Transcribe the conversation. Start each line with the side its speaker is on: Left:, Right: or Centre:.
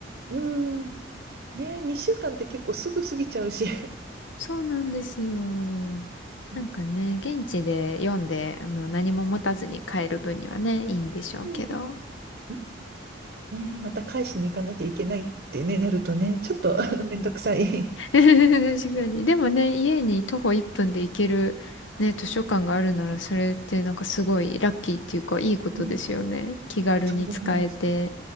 Right: うん。うん。ねえ、2週間って結構すぐ過ぎちゃうし。
Left: そうなんですよ。
Right: うん
Left: なんかね、現地で読んで、あの、何も持たずに帰る分にはね、いいんでしょうけど。
Right: うんうんねえ、また返しに行かなきゃいけないってね、なるとね、ちょっと <laughs> めんどくさい。
Left: <laughs> 確かに。でもね、家に徒歩1分で行ける、ね、図書館があるなら、それってなんかすごいラッキーっていうか、いいことですよね。
Right: うん
Left: 気軽に使えて。
Right: そう思う。